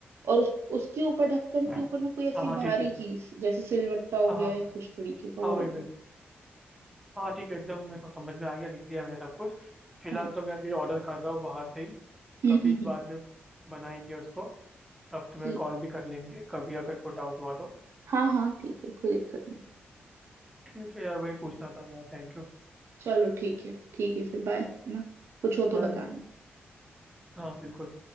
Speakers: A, on the right (about 70°); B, in the centre.
A: और उस, उसके ऊपर ढक्कन
B: हाँ
A: के ऊपर ना कोई ऐसी
B: हाँ हाँ,
A: भारी
B: ठीक है
A: चीज जैसे सिलवट्टा हो
B: हाँ
A: गया
B: हाँ
A: या कुछ तरीके का वो
B: हाँ
A: रख
B: वही
A: देना
B: वही हाँ ठीक है एकदम मेरे को समझ में आ गया लिख दिया मैंने सब कुछ फिलहाल
A: हाँ
B: तो मैं अभी ऑर्डर कर रहा हूँ बाहर से ही
A: हम्म
B: कभी
A: हम्म
B: बाद
A: हम्म,
B: में बनाएंगे उसको तब तुम्हें
A: ठीक
B: कॉल भी कर लेंगे कभी अगर कोई डाउट हुआ तो
A: हाँ हाँ ठीक है कोई दिक्कत नहीं
B: ठीक है यार वही पूछना था यार थैंक यू
A: चलो ठीक है ठीक है फिर बाय है ना कुछ हो
B: बाय
A: तो बताना
B: हाँ बिल्कुल